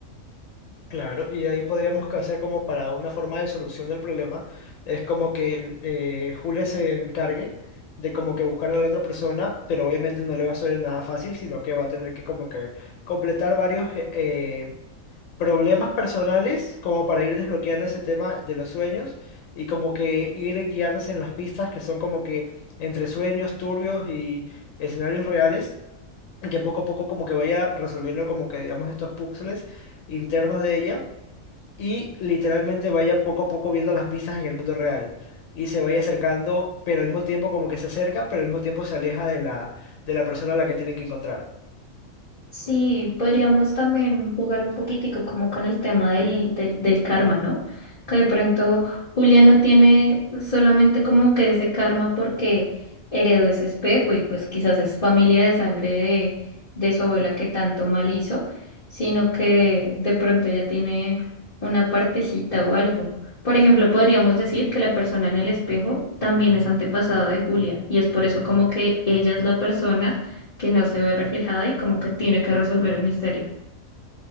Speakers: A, on the left; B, on the left.
A: Claro, y de ahí podríamos que hacer como para una forma de solución del problema, es como que eh, Julia se encargue de como que buscar a la otra persona, pero obviamente no le va a ser nada fácil, sino que va a tener que como que completar varios eh, eh, problemas personales como para ir desbloqueando ese tema de los sueños y como que ir guiándose en las pistas que son como que entre sueños turbios y escenarios reales, y que poco a poco como que vaya resolviendo como que digamos estos puzzles internos de ella y literalmente vaya poco a poco viendo las pistas en el mundo real y se vaya acercando, pero al mismo tiempo como que se acerca, pero al mismo tiempo se aleja de la, de la persona a la que tienen que encontrar.
B: Sí, podríamos también jugar un poquitico como con el tema del, del, del karma, ¿no? Que de pronto Julia no tiene solamente como que ese karma porque heredó ese espejo y pues quizás es familia de sangre de, de su abuela que tanto mal hizo, sino que de pronto ella tiene una partecita o algo. Por ejemplo, podríamos decir que la persona en el espejo también es antepasada de Julia y es por eso como que ella es la persona que no se ve reflejada y como que tiene que resolver el misterio.